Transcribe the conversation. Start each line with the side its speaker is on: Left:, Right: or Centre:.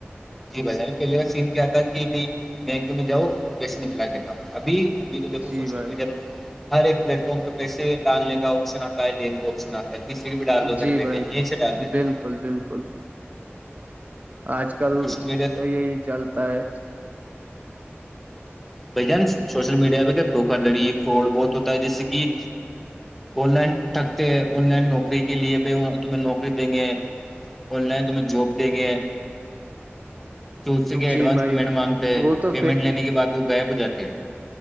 Centre: جی ب پہلے کا سم کیا تھا کہ بائی بینک میں جاؤ کیسے نکلا گ لا ابھی ابھی تو دیکھو
Right: جی
Centre: سوشل
Right: بھائی
Centre: میڈیا پہ ہر ایک پلیٹ فارم پہ پیسے ڈالنے کا آپشن آتا ہے لینے کا آپش آتا اور کسی کو بھی ڈال دو گھر
Right: جی
Centre: بیٹھے
Right: بھائی
Centre: یہیں سے ڈال دیتے
Right: بالکل بالکل آج کل
Centre: سوشل میڈیا
Right: تو یہی چلتا ہے
Centre: بھ جان سوشل میڈیا پہ کیا دھوکا لڑی فراڈ بہت ہوتا ہے جس کہ آن لائن تھکتے آن لائن نوکری کے لیے بھی تمہیں نوکری دیں گے آن لائن تو ہمہیں جاب دیں گے ہیں چود سے کیا
Right: جی
Centre: ایڈوانس
Right: بھائی
Centre: پیمنٹ مانگتے ہیں
Right: وہ تو
Centre: پیمنٹ لینے کے بعد وہ غائب ہو جاتے ہیں